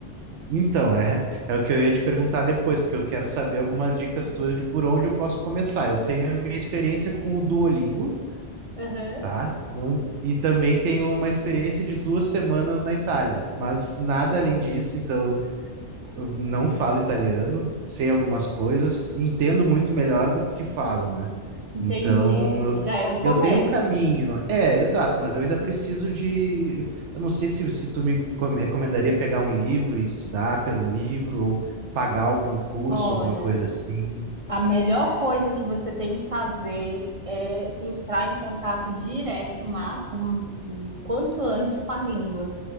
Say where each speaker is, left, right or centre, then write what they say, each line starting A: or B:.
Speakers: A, on the right; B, on the right.
A: Então, é, é o que eu ia te perguntar depois, porque eu quero saber algumas dicas tuas de por onde eu posso começar. Eu tenho a minha experiência com o Duolingo,
B: Aham,
A: tá? Não- e também tenho uma experiência de duas semanas na Itália, mas nada além disso. Então, eu não falo italiano, sei algumas coisas, entendo muito melhor do que falo, né?
B: entendi.
A: Então, eu,
B: Já é um começo.
A: eu tenho um caminho. É, exato, mas eu ainda preciso de. Eu não sei se, se tu me co- me recomendaria pegar um livro e estudar pelo livro, ou pagar algum curso,
B: Olha,
A: alguma coisa assim.
B: a melhor coisa que você tem que fazer é entrar em contato direto, ma- um, um- quanto antes com a língua.